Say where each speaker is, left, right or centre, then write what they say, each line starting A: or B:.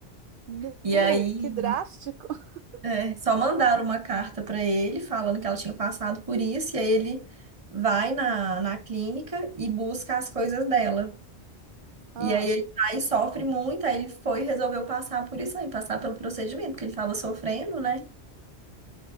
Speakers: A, on the right (about 60°); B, on the right (about 30°).
A: Nu,
B: E aí,
A: que drástico. <laughs>
B: é, só mandaram uma carta para ele falando que ela tinha passado por isso, e aí ele vai na, na clínica e busca as coisas dela.
A: Ah,
B: E aí ele vai e sofre muito, aí ele foi e resolveu passar por isso aí, passar pelo procedimento, porque ele estava sofrendo, né?